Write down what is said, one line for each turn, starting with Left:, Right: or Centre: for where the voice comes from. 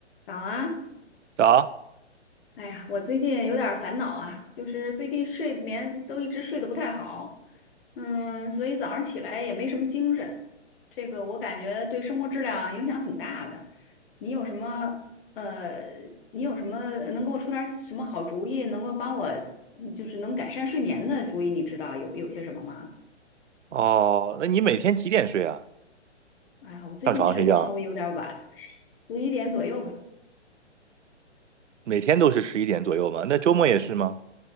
Left: 早啊，
Right: 啊，
Left: 哎呀，我最近有点儿烦恼啊，就是最近睡眠都一直睡得不太好，嗯，所以早上起来也没什么精神，这个我感觉对生活质量影响挺大的。你有什么呃，你有什么能给我出点儿什么好主意，能够帮我嗯就是能改善睡眠的主意？你知道有有些什么吗？
Right: 哦，那你每天几点睡啊？
Left: 哎呀，我最近睡得稍微有点儿晚，
Right: 上床睡觉，
Left: 十一点左右吧。
Right: 每天都是十一点左右吗？那周末也是吗？